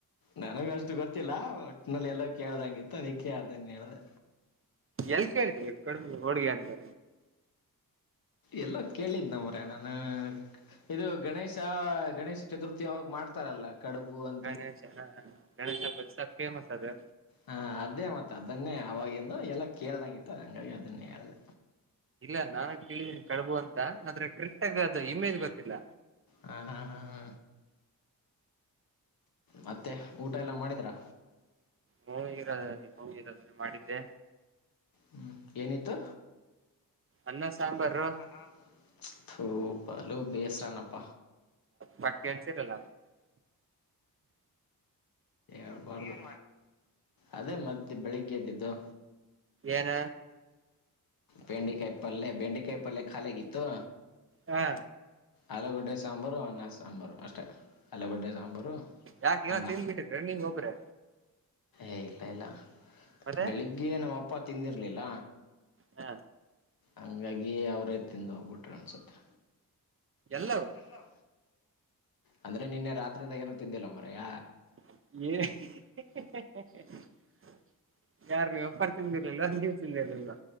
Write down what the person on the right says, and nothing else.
ಎಲ್ ಕೇಳಿದ್ವಿ ಕಡಬು ಹೋಳಿಗೆ ಅಂತಾ.
ಗಣೇಶ ಹಾ ಗಣೇಶ ಹಬ್ಬ <unintelligible> ಫೇಮಸ್ ಅದು.
ಇಲ್ಲ ನಾನು ಕೇಳಿದಿನಿ ಕಡಬು ಅಂತ ಆದ್ರೆ ಕರೆಕ್ಟಗ ಅದು ಇಮೇಜ್ ಗೊತ್ತಿಲ್ಲ.
ಹಿ <unintelligible> ಹೋಗಿದತ್ತ್ರ ಮಾಡಿದ್ದೆ.
ಅನ್ನ ಸಾಂಬಾರು
ಪಾಟಕಿ ಅನ್ಸರಲ್ಲ
ಏನ
ಹಾ
ಯಾಕೆಏೋ
ತಿದ್ ಬಿಟಿ ರಣಿಂಗ್ ಒಬ್ರೆ
ಮತ್ತೆ
ಹಾ
ಎಲ್ಲವು
<inaudible> ಯಾರ ನೀವು ಒಬ್ರು ತಿಂದಿರ್ಲ್ವ ನೀವು ತಿಂದಿರ್ಲ್ವಾ